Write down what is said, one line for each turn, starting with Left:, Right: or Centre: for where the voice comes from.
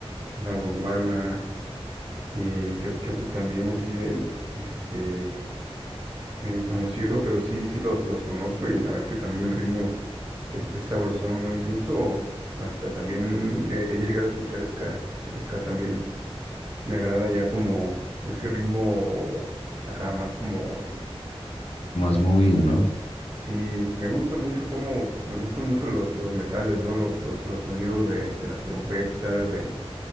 Right: una gondwana, y que, que también así de, este... eh, conocido, pero sí, sí los, los conozco y la verdad es que también el ritmo es, es sabrosón, ¿no? Incluso hasta también he, he llegado a escuchar ska, el ska también. Me agrada ya como ese ritmo, ajá, más como,
Left: más movido, ¿no?
Right: sí, me gusta mucho como, me gustan mucho los, los metales, ¿no? Los, los, los sonidos de, de las trompetas, del,